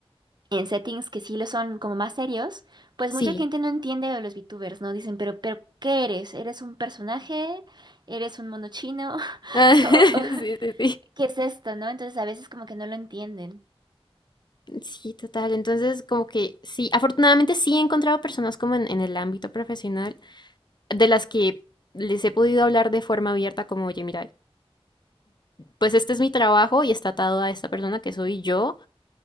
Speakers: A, on the right; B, on the left.
A: en settings que sí lo son como más serios, pues
B: Sí.
A: mucha gente no entiende lo de los VTubers, ¿no? Dicen, pero, pero, ¿qué eres? ¿Eres un personaje? ¿Eres un mono chino? <laughs>
B: Ah, <laughs>
A: ¿O- o-
B: Sí, sí, sí.
A: ¿qué es esto, no? Entonces a veces como que no lo entienden.
B: Sí, total. Entonces, como que sí, afortunadamente sí he encontrado personas como en, en el ámbito profesional de las que les he podido hablar de forma abierta, como, oye, mira, pues este es mi trabajo y está atado a esta persona que soy yo,